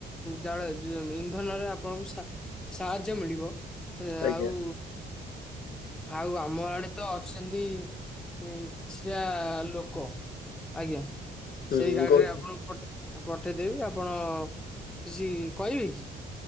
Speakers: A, in the centre; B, on the left.
A: ଜାଳ ଯ ଇନ୍ଧନରେ ଆପଣଙ୍କୁ ସା ସାହାଯ୍ୟ ମିଳିବ। ଏଁ
B: ଆଜ୍ଞା
A: ଆଉ ଆଉ ଆମ ଆଡେ ତ ସେମତି ଏଁ କିଛିଟା ଲୋକ ଆଜ୍ଞା।
B: ହୁଁ
A: ସେଇ
B: ମୁଁ
A: ଗାଡ଼ିରେ
B: କହୁଥିଲି
A: ଆପଣ ପଟ୍ ପଠାଇଦେବି ଆପଣ କିଛି କହିବେ କି?